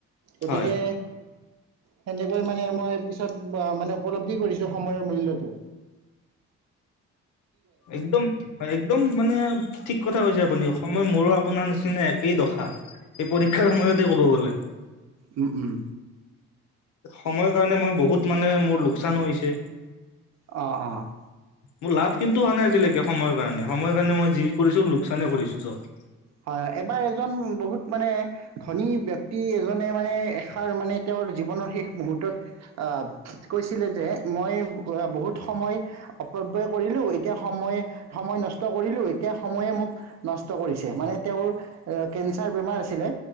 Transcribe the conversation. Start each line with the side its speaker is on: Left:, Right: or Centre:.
Right: গতিকে
Left: হয়
Right: সেনেকৈ মানে মই পিছত মানে উপলব্ধি কৰিছো সময়ৰ মূল্য টো
Left: একদম হয় একদম মানে ঠিক কথা কৈছে আপুনি সময় মোৰো আপোনাৰ নিচিনা একেই দখা। এই পৰীক্ষাৰ সময়তে ক'ব গ'লে।
Right: উম, উম।
Left: সময়ৰ কাৰণে বহুত মানে মোৰ লোকচান হৈছে।
Right: অ'অ'
Left: মোৰ লাভ কিন্তু হোৱা নাই আজিলৈকে সময়ৰ কাৰণে সময়ৰ কাৰণে মই যি কৰিছো লোকচানেই কৰিছো চব।
Right: হয়, হয় এবাৰ এজন বহুত মানে ধনী ব্যয়ক্তি এজনে মানে এষাৰ মানে তেওঁৰ জীৱনৰ শেষ মুহুৰ্তত আহ, কৈছিলে যে মই বহুত সময় অপব্য় কৰিলো এতিয়া সময়ে সময় নষ্ট কৰিলো এতিয়া সময়ে মোক নষ্ট কৰিছিল চে মানে তেওঁৰ অ' কেন্সাৰ বেমাৰ আছিলে